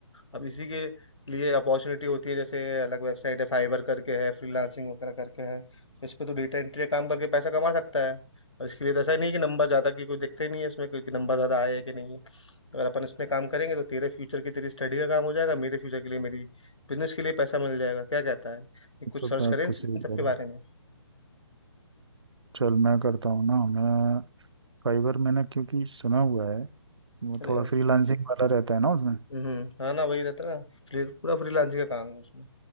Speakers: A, on the left; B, on the right.
A: अब इसी के लिए अपॉर्चुनिटी होती है जैसे अलग वेबसाइट है फाइवर करके है फ्रीलांसिंग वगैरह करके है तो इस पे तो डेटा एंट्री काम करके पैसा कमा सकता है और इसके लिए तो ऐसा नहीं है कि नंबर ज़्यादा की कोई दिखते नहीं है इसमें क्योंकि नंबर ज़्यादा आए है कि नहीं है अगर अपन इसमें काम करेंगे तो तेरे फ्यूचर की तेरी स्टडी का काम हो जाएगा मेरे फ्यूचर के लिए मेरी बिजनेस के लिए पैसा मिल जाएगा क्या कहता है ये कुछ
B: तो
A: सर्च
B: मैं
A: करें
B: तो
A: इन
B: सही
A: इन सब
B: कह
A: के
B: रहा
A: बारे
B: हूँ
A: में
B: चल मैं करता हूँ ना मैं फाइवर मैंने क्योंकि सुना हुआ है वो
A: अरे
B: थोड़ा फ्रीलांसिंग वाला रहता है ना उसमें
A: हम्म हाँ ना वही रहता है ना फ्री, पूरा फ्रीलांसिंग का काम है उसमें